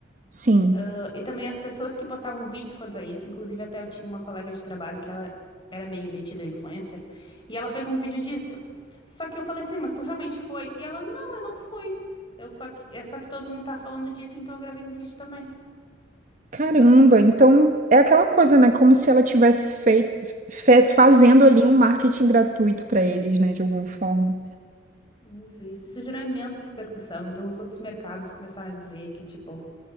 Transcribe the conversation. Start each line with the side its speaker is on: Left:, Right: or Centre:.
Right: Sim.
Left: Ah, E também as pessoas que postavam vídeos quanto a isso, inclusive até eu tinha uma colega de trabalho que ela era meio metida influencer, e ela fez um vídeo disso. Só que eu falei assim, mas tu realmente foi? E ela, não, eu não fui. Eu só que, é só que todo mundo tá falando disso, então eu gravei um vídeo também.
Right: Caramba, então é aquela coisa, né? Como se ela tivesse feito, fe- fazendo ali um marketing gratuito pra eles, né? De alguma forma.
Left: Isso, isso, isso gerou imensa repercussão. Então os outros mercados começaram a dizer que, tipo,